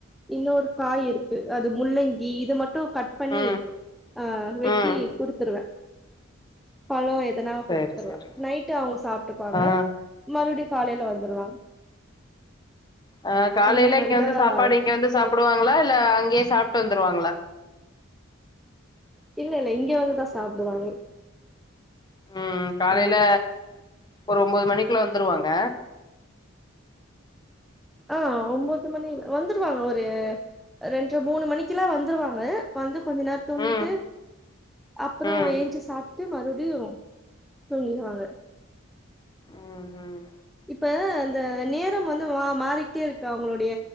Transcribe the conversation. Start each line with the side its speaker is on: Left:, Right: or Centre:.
Centre: இன்னொரு காய் இருக்கு அது முள்ளங்கி இது மட்டு கட் பண்ணி
Left: ம்
Centre: ஆ வெட்டி
Left: ம்
Centre: குடுத்துருவே பலோ எதனா குடுத்துருவ
Left: சேரி சேரி
Centre: நைட்டு அவங்க சாப்ட்டுப்பாங்க
Left: ஆ
Centre: மறுபடியு காலையில வந்துருவாங்க
Left: அ காலையில
Centre: அந்த மாரிதா
Left: இங்க வந்து சாப்பாடு இங்க வந்து
Centre: இப்போ
Left: சாப்புடுவாங்களா இல்ல அங்கயே சாப்ட்டு வந்துருவாங்களா
Centre: இல்ல இல்ல இங்க வந்துதா சாப்டுவாங்க
Left: ம் காலையில
Centre: ஆம்
Left: ஒரு ஒம்போது மணிக்குல வந்துருவாங்க
Centre: ஆ ஒம்போது மணி வந்துருவாங்க ஒரு ரெண்டர மூணு மணிக்கெல்லா வந்துருவாங்க வந்து கொஞ்ச நேர தூங்கிட்டு
Left: ம்
Centre: அப்பறோ
Left: ம்
Centre: ஏஞ்ச்சி சாப்ட்டு மறுபடியு தூங்கிருவாங்க
Left: ம்
Centre: இப்ப அந்த நேரம் வந்து மா மாறிட்டே இருக்கு அவங்களுடைய